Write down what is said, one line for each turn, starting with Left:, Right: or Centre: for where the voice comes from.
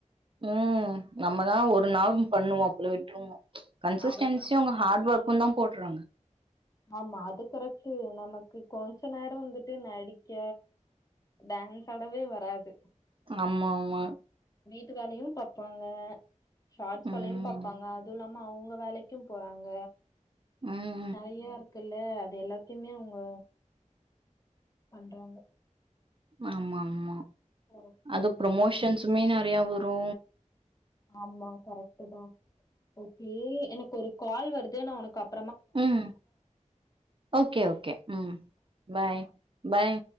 Right: உம் நம்மதான் ஒரு நாள் பண்ணுவோம் அப்பறம் விட் <unintelligible> கன்சிஸ்டன்சியு
Left: அவ்ளதா
Right: உங்க ஹார்ட் ஒர்க்குந்தா போடுறாங்க
Left: ஆமா அது கரெக்ட்டு நமக்கு கொஞ்ச நேரம் வந்துட்டு நடிக்க டான்ஸ் ஆடவே வராது
Right: ஆமா ஆமா
Left: ட்டு வேலையும் பாப்பாங்க ஷார்ட்ஸ்
Right: ம்
Left: பிலிம் பாப்பாங்க அதுல்லாம ஆமா அவுங்க வேலைக்கு போறாங்க
Right: ம்
Left: நெறைய இருக்குல்ல அது எல்லாத்தையுமே அவுங்க பண்றாங்க
Right: ஆமா ஆமா
Left: ஓகே
Right: அது ப்ரொமோஷன்ஸ் நெறைய வரு
Left: ஆமா கரெக்ட்டு தா ஓகே எனக்கு ஒரு கால் வருது நா உனக்கு அப்
Right: ம் ஓகே ஓகே ம் பாய் பாய்